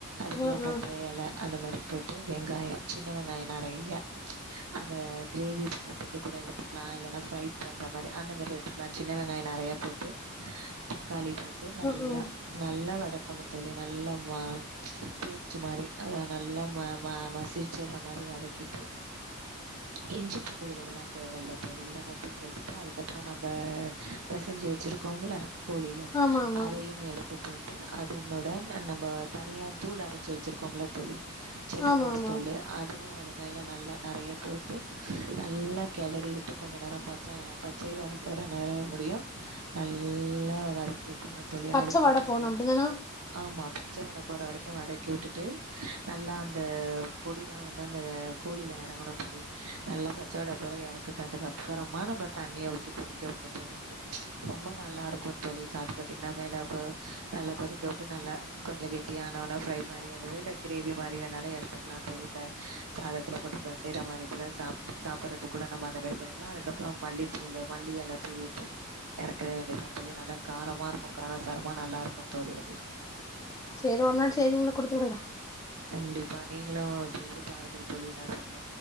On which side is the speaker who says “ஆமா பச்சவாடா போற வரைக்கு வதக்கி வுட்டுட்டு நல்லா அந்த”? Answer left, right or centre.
Right